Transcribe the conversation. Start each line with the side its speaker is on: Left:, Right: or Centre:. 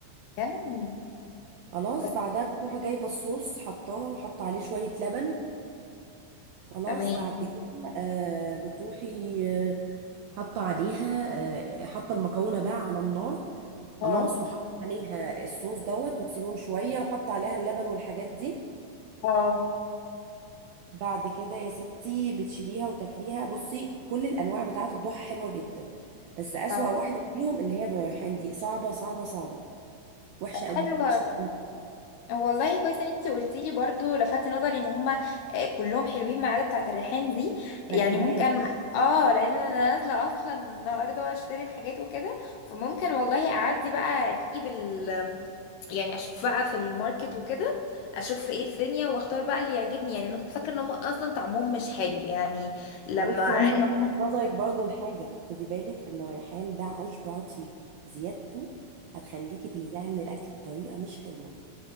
Left: بجد
Right: خلاص
Left: بس
Right: بعدها بتروح جايبه الصوص حطاه وحط عليه شويه لبن خلاص
Left: تمام
Right: بعد كده آه، بتروحي آه، حاطه عليها آه، حاطه المكرونه بقى على النار خلاص
Left: اه
Right: وحط عليها الصوص دوت وتسيبهم شوية وحط عليها اللبن والحاجات دي
Left: اه
Right: بعد كده يا ستي بتشيليها وتاكليها بصي كل الأنواع بتاعة الضحى حلوة جدا بس أسوأ
Left: اه
Right: واحدة فيهم اللي هي بالريحان دي صعبة صعبة صعبة وحشة
Left: طب
Right: قوي
Left: حلو
Right: وحشة قوي
Left: والله كويس ان انت قلتي لي برضو لفت نظري ان هما آه، كلهم حلوين ما عدا بتاعه الريحان دي
Right: ما
Left: يعني
Right: تجيبهاش
Left: ممكن اه لان انا نازله اصلا النهارده بقى اشتري الحاجات وكده فممكن والله اعدي بقى اجيب ال يعني اشوف بقى في الماركت وكده اشوف ايه الدنيا واختار بقى اللي يعجبني يعني انا كنت فاكره ان هما اصلا طعمهم مش حلو يعني لما
Right: وبصي يا
Left: أيوة.
Right: رنا هلفت
Left: عرفت
Right: نظرك برضه لحاجة خدي بالك إن الريحان ده عشب عطري زيادته هتخليكي تلزعي من الأكل بطريقة مش حلوة